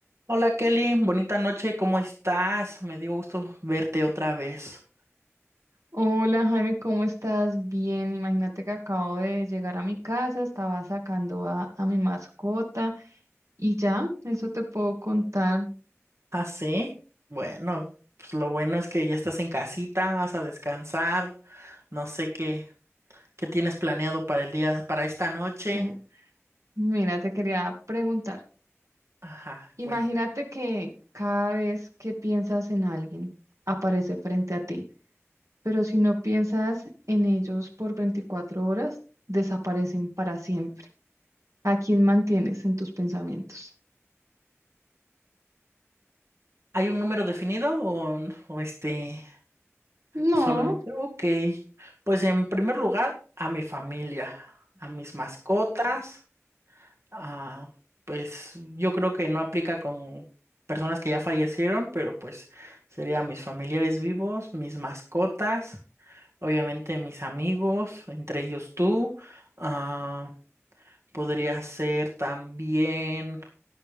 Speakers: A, on the right (about 65°); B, on the right (about 85°).
A: Hola Kelly, bonita noche, ¿cómo estás? Me dio gusto verte otra vez.
B: Hola Jaime, ¿cómo estás? Bien, imagínate que acabo de llegar a mi casa, estaba sacando a, a mi mascota y ya, eso te puedo contar.
A: ¿Ah, sí? Bueno, pues lo bueno es que ya estás en casita, vas a descansar. No sé qué, qué tienes planeado para el día, para esta noche.
B: Ujú. Mira, te quería preguntar,
A: Ajá,
B: imagínate
A: cuenta.
B: que cada vez que piensas en alguien, aparece frente a ti, pero si no piensas en ellos por 24 horas, desaparecen para siempre. ¿A quién mantienes en tus pensamientos?
A: ¿Hay un número definido o, o este,
B: No.
A: solamente? Ok, pues en primer lugar, a mi familia, a mis mascotas. Ah, pues yo creo que no aplica con personas que ya fallecieron, pero pues serían mis familiares vivos, mis mascotas, obviamente mis amigos, entre ellos tú. Ah, podría ser también,